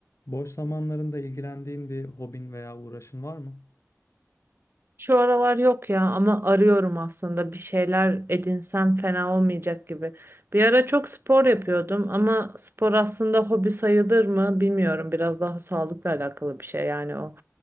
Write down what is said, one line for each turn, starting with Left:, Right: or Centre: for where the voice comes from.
Left: Boş zamanlarında ilgilendiğin bir hobin veya uğraşın var mı?
Right: Şu aralar yok ya ama arıyorum aslında bir şeyler edinsem fena olmayacak gibi. Bir ara çok spor yapıyordum ama spor aslında hobi sayılır mı bilmiyorum. Biraz daha sağlıkla alakalı bir şey yani o.